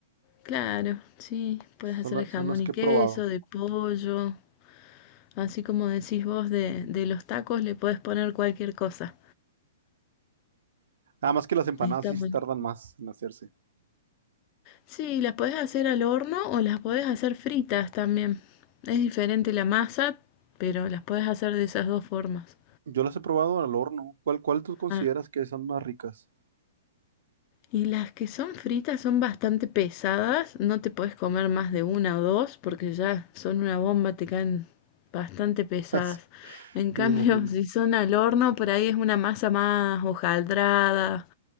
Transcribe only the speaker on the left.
claro, sí, puedes
hacer
de jamón
y
queso,
de pollo, así como decís vos de, de los tacos, le puedes poner cualquier cosa.
Está
bueno.
Sí, las podés hacer al horno o las podés hacer fritas también. Es diferente la masa, pero las podés hacer de esas dos formas.
Ah,
Y las que son fritas son bastante pesadas, no te puedes comer más de una o dos porque ya son una bomba, te caen bastante pesadas.
En cambio,
<laughs> si son al horno, por ahí es una masa más hojaldrada,